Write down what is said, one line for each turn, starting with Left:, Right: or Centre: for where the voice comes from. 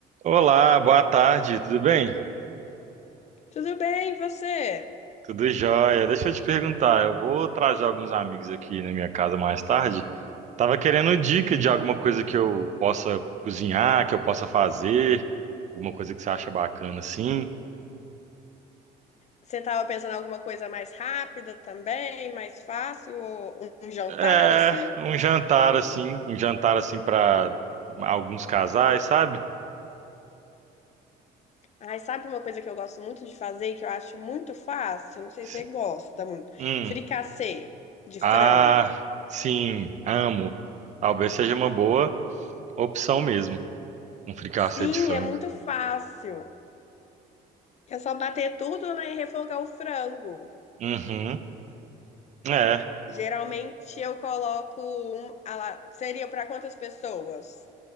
Right: Olá, boa tarde, tudo bem?
Left: Tudo bem, e você?
Right: Tudo jóia. Deixa eu te perguntar, eu vou trazer alguns amigos aqui na minha casa mais tarde. Tava querendo dica de alguma coisa que eu possa cozinhar, que eu possa fazer, alguma coisa que você acha bacana assim.
Left: Você estava pensando em alguma coisa mais rápida também, mais fácil, ou um jantar
Right: É,
Left: assim?
Right: um jantar assim, um jantar assim para alguns casais, sabe?
Left: Ai, sabe uma coisa que eu gosto muito de fazer, e que eu acho muito fácil? Não sei
Right: S-
Left: se você gosta muito.
Right: Hum,
Left: Fricassê de
Right: ah,
Left: frango.
Right: sim, amo. Talvez seja uma boa opção mesmo, um fricassê
Left: Sim,
Right: de frango.
Left: é muito fácil. É só bater tudo, né, e refogar o frango.
Right: Uhum, é.
Left: Geralmente eu coloco um, ah lá, seria para quantas pessoas?